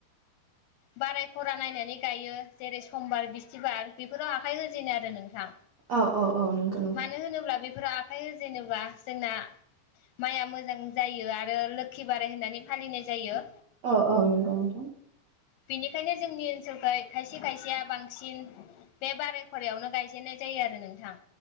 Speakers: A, on the left; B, on the right.
A: बाराय खरा नायनानै गायो जेरै समबार बिस्थिबार बेफोराव आखाइ होजेनो आरो नोंथां‌।
B: औ औ औ नंगौ नोंथां
A: मानो होनोब्ला बे फोरा आखाइ होजेेनोबा जोंना माइआ मोजां जायो आरो लोखि बाराय होननानै फालिनाय जायो।
B: औ औ नंगौ नोंथां।
A: बेनिखायनो जोंनि ओनसोलखौहाय खायसे खायसेया बांसिन बे बाराय खरायावनो गायजेननाय जायो आरो नोंथां।